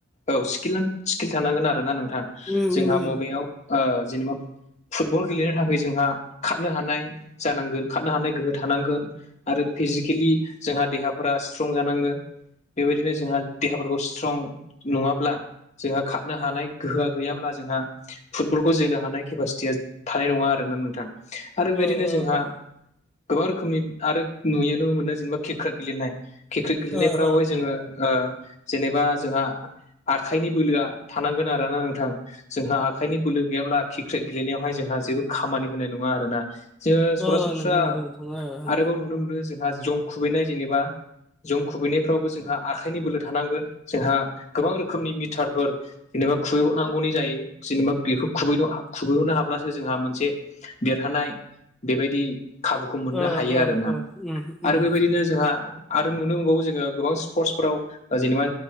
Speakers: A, on the left; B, in the centre.
A: औ स्किल स्किल थानांगोन आरोना नोंथां।
B: उम
A: जोंहा
B: उम उम
A: मबेयाव ओ जेनेबा फुटबल गेलेनो थाखाय जोंहा खारनो हानाय जानांगोन खारनो हानाय गोहो थानांगोन। आरो फिजिकेलि जोंहा देहाफोरा स्ट्रं जानांगोन। बेबायदिनो जोंहा देहाफोरखौ स्ट्रं नङाब्ला जोंहा खारनो हानाय गोहोया गैयाब्ला जोंहा फुटबलखौ जोनो हानाय केपासिटिया थानाय नङा आरोना नोंथां। आरो बेबायदिनो
B: ओ ओ
A: जोंहा
B: ओ
A: गोबां रोखोमनि आरो नुयो नुनो मोनो जेनेबा क्रिकेट गेलेनाय क्रिकेट गेलेनायफ्राव
B: ओ ओ
A: जोङो
B: ओ
A: जेनेबा जोंहा आखाइनि बोलोआ थानांगोन आरोना नोंथां। जोंहा आखाइनि बोलो गैयाब्ला क्रिकेट गेलेनायावहाय जोंहा जेबो खामानि होनाय नङा आरोना। जोङो सरासनस्रा
B: ओ नंगौ नंगौ नोंथां ओ ओ
A: आरोबाव नुनो मोनो जोंहा जं खुबैनाय जेनेबा जौ खुबैनायफ्रावबो जोंहा आखाइनि बोलो थानांगोन जोंहा गोबां रोखोमनि मिटारफोर जेनेबा खुबै नांगौनि जायो जेनेबा बेखौ खुबै खुबैहोनो हाब्लासो जोंहा मोनसे देरहानाय बेबायदि खाबुखौ मोननो
B: ओ
A: हायो
B: ओ
A: आरोना।
B: ओ उम उम
A: आरो बेबायदिनो जोंहा आरो नुनो मोनबावो जोङो गोबां स्पर्टसफोराव जेनेबा